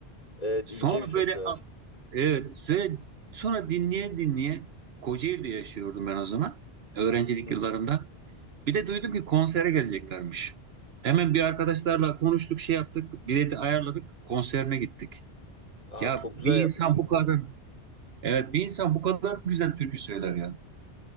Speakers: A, on the left (about 35°); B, on the right (about 70°).
A: evet
B: Sonra
A: ince bir sesi
B: böyle
A: var.
B: a- evet, sonra, sonra dinleye dinleye Kocaeli'de yaşıyordum ben o zaman. Öğrencilik
A: Hı hı.
B: yıllarımda. Bir de duydum ki konsere geleceklermiş. Hemen bir arkadaşlarla konuştuk, şey yaptık, bileti ayarladık, konserine gittik.
A: Abi
B: Ya
A: çok güzel
B: bir
A: yapmışsınız
B: insan bu kadar,
A: ya.
B: evet bir insan bu kadar güzel türkü söyler ya.